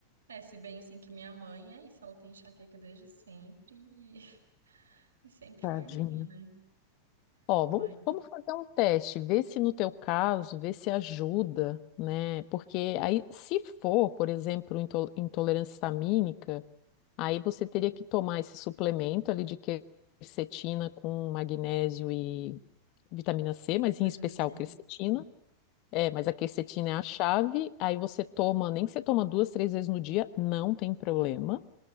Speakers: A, on the right; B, on the left.
A: É, se bem assim que minha mãe é isso, ela tem enxaqueca desde sempre e, <laughs> e sempre
B: Tadinha.
A: foi mãe, né?
B: Ó,
A: Mãe,
B: vamos, vamos fazer um teste, ver se no teu caso, ver se ajuda, né? Porque aí, se for, por exemplo, into- intolerância histamínica, aí você teria que tomar esse suplemento ali de quercetina com magnésio e vitamina C, mas
A: vitamina
B: em especial
A: C.
B: quercetina. É, mas a quercetina é a chave, aí você toma, nem que você toma duas, três vezes no dia, não tem problema.